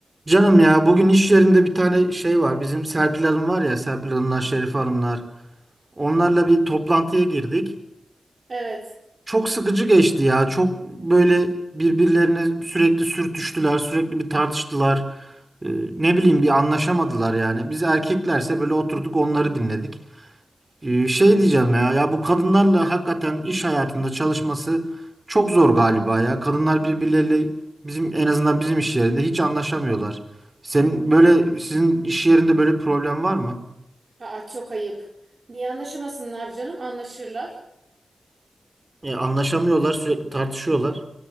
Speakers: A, on the right; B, on the right.
A: Canım ya bugün iş yerinde bir tane şey var. Bizim Serpil Hanım var ya Serpil Hanımlar, Şerif Hanımlar. Onlarla bir toplantıya girdik.
B: Evet.
A: Çok sıkıcı geçti ya. Çok böyle birbirlerine sürekli sürtüştüler, sürekli bir tartıştılar. Ee, ne bileyim bir anlaşamadılar yani. Biz erkeklerse böyle oturduk onları dinledik. Ee, Şey diyeceğim ya, ya bu kadınlarla hakikaten iş hayatında çalışması çok zor galiba ya. Kadınlar birbirleriyle bizim en azından bizim iş yerinde hiç anlaşamıyorlar. Senin böyle sizin iş yerinde böyle problem var mı?
B: Aa, çok ayıp. Niye anlaşamasınlar canım? Anlaşırlar.
A: Ya anlaşamıyorlar, sürekli tartışıyorlar.